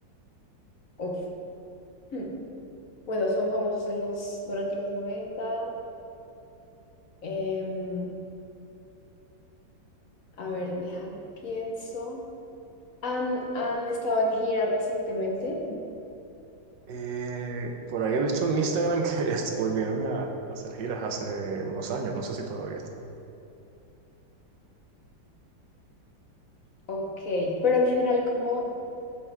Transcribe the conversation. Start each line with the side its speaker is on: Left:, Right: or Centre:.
Left: uf, hmm. Bueno, son famosos en los, durante los noventa Em, a ver, déjame, pienso. ¿Han, han estado en gira recientemente?
Right: Eh, por ahí he visto en Instagram que <laughs> es- volvieron a, a hacer giras hace unos años, no sé si todavía están.
Left: Ok, pero en general, como